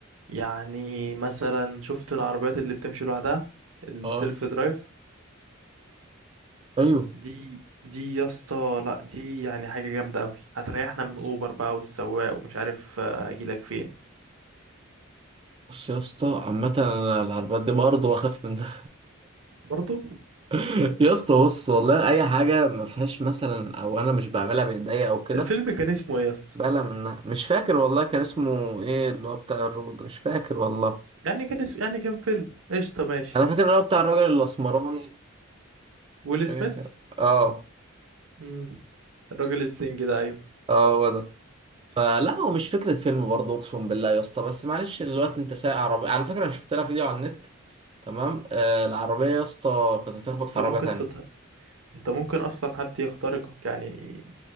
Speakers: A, on the right; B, on the right.
A: يعني مثلا شفت العربيات اللي بتمشي لوحدها السيلف
B: اه
A: درايف
B: ايوه
A: دي دي يا اسطى لا دي يعني حاجة جامدة أوي هتريحنا من أوبر بقى والسواق ومش عارف آه، أجيلك فين
B: بص يا اسطى عامة انا العربيات دي برضه بخاف منها
A: برضو
B: <laughs> يا اسطى بص والله اي حاجة ما فيهاش مثلا او انا مش بعملها بايديا او كده
A: الفيلم كان اسمه إيه يا اسطى
B: بقلق منها مش فاكر والله كان اسمه ايه اللي هو بتاع الروبوت ده مش فاكر والله
A: يعني كان اسم... يعني كان فيلم قشطة ماشي
B: انا فاكر اللي هو بتاع الراجل الاسمراني
A: ويل
B: مش فاكر
A: سميث
B: كده اه
A: مم. الراجل الزنج ده ايوه
B: اه هو ده فلا هو مش فكرة فيلم برضه أقسم بالله يا اسطى بس معلش دلوقتي أنت سايق عربية على فكرة أنا شفت لها فيديو على النت تمام آه العربية يا اسطى كانت هتخبط
A: انت
B: في عربية
A: ممكن
B: تانية
A: تط... انت ممكن اصلا حد يخترقك يعني